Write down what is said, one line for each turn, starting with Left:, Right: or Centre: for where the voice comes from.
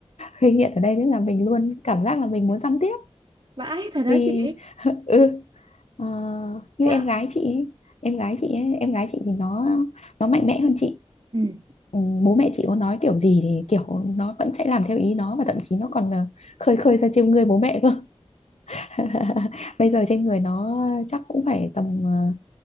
Left: gây nghiện ở đây tức là mình luôn cảm giác là mình muốn xăm tiếp
Right: vãi thật đó
Left: vì
Right: chị
Left: <laughs> ừ ờ, như
Right: dạ
Left: em gái chị ấy, em gái chị ấy, em gái chị thì nó nó mạnh mẽ hơn chị
Right: ừ
Left: ừ, bố mẹ chị có nói kiểu gì thì kiểu nó vẫn sẽ làm theo ý nó và thậm chí nó còn ờ, khơi khơi ra trêu ngươi bố mẹ cơ <laughs> bây giờ trên người nó chắc cũng phải tầm ờ,